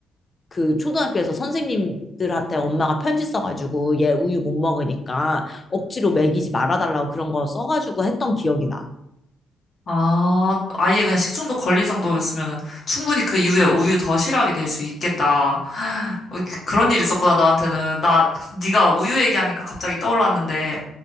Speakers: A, on the left; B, on the left.
A: 그 초등학교에서 선생님들한테 엄마가 편지 써가지고 얘 우유 못 먹으니까 억지로 먹이지 말아달라고 그런 거 써가지고 했던 기억이 나.
B: 아, 아예 그냥 식중독 걸릴 정도였으면은 충분히 그 이후에 우유 더 싫어하게 될 수 있겠다. 어, 그- 그런 일이 있었구나, 너한테는. 나, 네가 우유 얘기하니까 갑자기 떠올랐는데,